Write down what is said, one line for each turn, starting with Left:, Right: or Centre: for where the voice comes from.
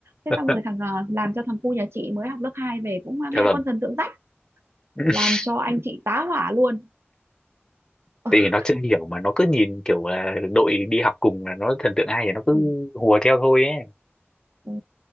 Right: thế
Left: <laughs>
Right: xong rồi thằng à, làm cho thằng cu nhà chị mới học lớp 2 về cũng à,
Left: dạ
Right: mẹ
Left: vâng
Right: con thần tượng rách
Left: <laughs>
Right: làm cho anh chị tá hỏa luôn <laughs>
Left: tại vì nó chưa hiểu mà nó cứ nhìn kiểu là đội đi học cùng là nó thần tượng ai thì nó
Right: Ừ,
Left: cứ hùa theo thôi ấy
Right: ừ.